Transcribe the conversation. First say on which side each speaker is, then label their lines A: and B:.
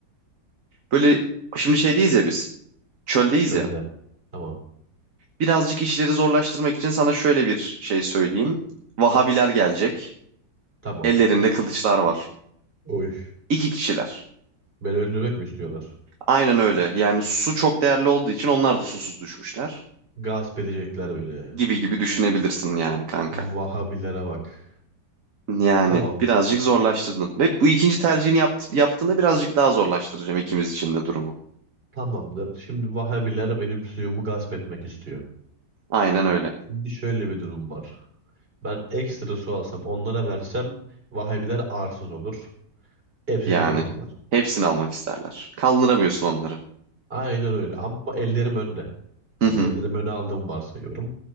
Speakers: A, on the right; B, on the right.
A: böyle şimdi şeydeyiz ya biz. Çöldeyiz
B: Çölde.
A: ya.
B: Tamam.
A: Birazcık işleri zorlaştırmak için sana şöyle bir şey söyleyeyim. Vahabiler gelecek.
B: Tamam.
A: Ellerinde kılıçlar var.
B: Oy.
A: İki kişiler.
B: Beni öldürmek mi istiyorlar?
A: Aynen öyle. Yani su çok değerli olduğu için onlar da susuz düşmüşler.
B: Gasp edecekler beni.
A: Gibi gibi düşünebilirsin yani kanka.
B: Vahabilere bak.
A: Yani
B: Tamam.
A: birazcık zorlaştırdım. Ve bu ikinci tercihini yapt- yaptığında birazcık daha zorlaştıracağım ikimiz için de durumu.
B: Tamamdır. Şimdi Vahabiler benim suyumu gasp etmek istiyor.
A: Aynen öyle.
B: Bir şöyle bir durum var. Ben ekstra su alsam onlara versem Vahabiler arsız olur. Hepsini
A: Yani
B: birden alırlar.
A: hepsini almak isterler. Kaldıramıyorsun onları.
B: Aynen öyle ama ellerim önde.
A: Hı
B: Yani
A: hı.
B: ellerim öne aldığımı varsayıyorum.